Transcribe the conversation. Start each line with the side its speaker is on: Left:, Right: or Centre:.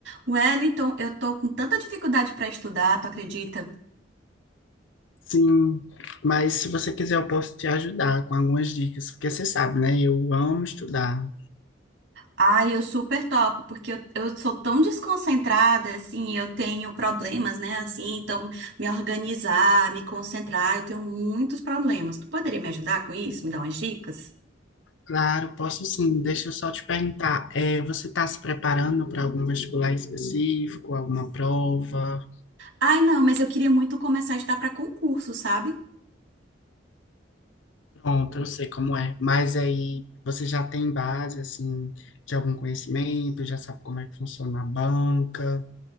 Right: Wellington, eu tô com tanta dificuldade pra estudar, tu acredita?
Left: Sim, mas se você quiser, eu posso te ajudar com algumas dicas, porque você sabe, né? Eu amo estudar.
Right: Ai, eu super topo, porque eu, eu sou tão desconcentrada, assim, eu tenho problemas, né, assim, então me organizar, me concentrar, eu tenho muitos problemas. Tu poderia me ajudar com isso? Me dar umas dicas?
Left: Claro, posso sim. Deixa eu só te perguntar, é, você está se preparando para algum vestibular específico, alguma prova?
Right: Ai, não, mas eu queria muito começar a estudar pra concurso, sabe?
Left: Pronto, eu sei como é. Mas aí você já tem base, assim, de algum conhecimento, já sabe como é que funciona a banca.